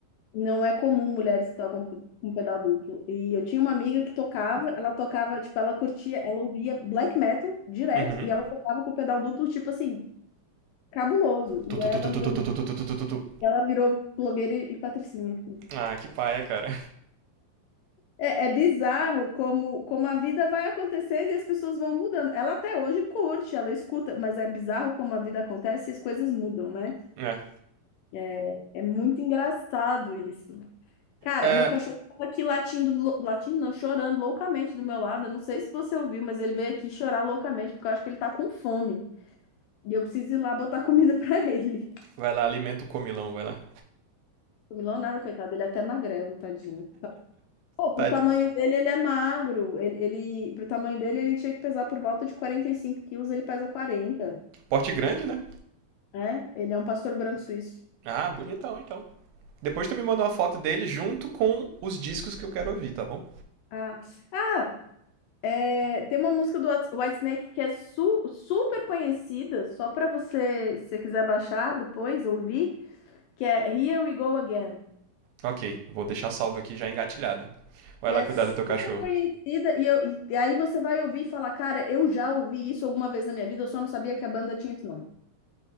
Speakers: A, on the left (about 80°); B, on the right (about 80°).
A: Não é comum mulheres que tocam com com pedal duplo. E eu tinha uma amiga que tocava, ela tocava, tipo, ela curtia, ela ouvia black metal direto
B: Uhum.
A: e ela tocava com pedal duplo, tipo assim, cabuloso. E
B: Tu, tu,
A: aí
B: tu,
A: ela
B: tu,
A: virou,
B: tu, tu, tu, tu, tu, tu, tu, tu, tu.
A: ela virou blogueira e patricinha. assim.
B: Ah, que paia, cara.
A: É, é bizarro como, como a vida vai acontecendo e as pessoas vão mudando. Ela até hoje curte, ela escuta, mas é bizarro como a vida acontece e as coisas mudam, né?
B: É.
A: É, é muito engraçado isso. Cara,
B: É,
A: meu cachorro tava aqui latindo, lou- latindo não, chorando loucamente do meu lado. Eu não sei se você ouviu, mas ele veio aqui chorar loucamente, porque eu acho que ele tá com fome. E eu preciso ir lá botar comida <laughs> pra ele.
B: vai lá, alimenta o comilão, vai lá.
A: Comilão nada, coitado, ele é até magrelo, tadinho. Pô,
B: Tá
A: pro tamanho
B: de
A: dele, ele é magro. Ele, ele, pro tamanho dele, ele tinha que pesar por volta de 45 quilos, ele pesa 40.
B: porte grande, né?
A: É, ele é um pastor branco suíço.
B: Ah, bonitão, então. Depois tu me manda uma foto dele junto com os discos que eu quero ouvir, tá bom?
A: Ah, ah é, tem uma música do White- Whitesnake que é su- super conhecida, só pra você, se você quiser baixar depois, ouvir, que é Here We Go Again.
B: Ok, vou deixar salvo aqui já engatilhada. Vai
A: Que
B: lá
A: é
B: cuidar
A: super
B: do teu cachorro.
A: conhecida, e, eu, e e aí você vai ouvir e falar, cara, eu já ouvi isso alguma vez na minha vida, eu só não sabia que a banda tinha esse nome.